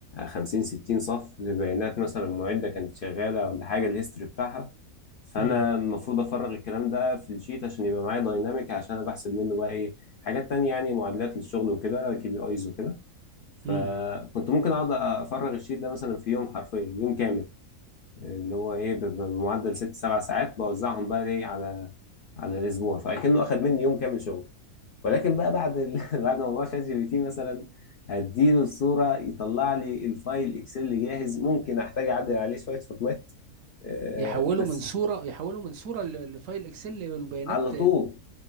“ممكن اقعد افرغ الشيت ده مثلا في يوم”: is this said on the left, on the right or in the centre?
Left